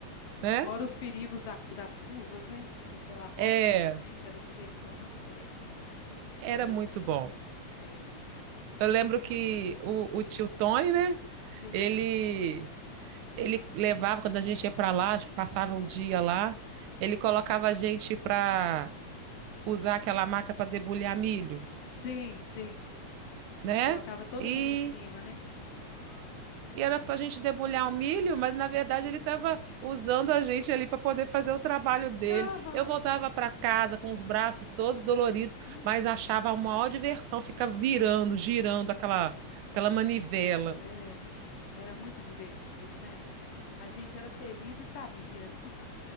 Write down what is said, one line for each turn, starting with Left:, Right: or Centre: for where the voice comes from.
Right: né?
Left: Fora os perigos da- das curvas, né? Daquela rosa,
Right: É,
Left: mas, gente, era diversão na certa.
Right: era
Left: Era
Right: muito
Left: diversão.
Right: bom.
Left: Era.
Right: Eu lembro que o, o tio Tony, né?
Left: Sim.
Right: Ele, ele levava, quando a gente ia para lá, passava o dia lá, ele colocava a gente para usar aquela maca para debulhar milho,
Left: Sim, sim.
Right: né?
Left: Colocava todo
Right: E
Left: mundo em cima, né?
Right: e era para a gente debulhar o milho, mas na verdade ele estava usando a gente ali para poder fazer o trabalho dele.
Left: Aham.
Right: Eu voltava para casa com os braços todos doloridos,
Left: Hum,
Right: mas achava a maior diversão ficar virando, girando aquela, aquela manivela.
Left: é. Era muito divertido, né? A gente era feliz e sabia. <laughs>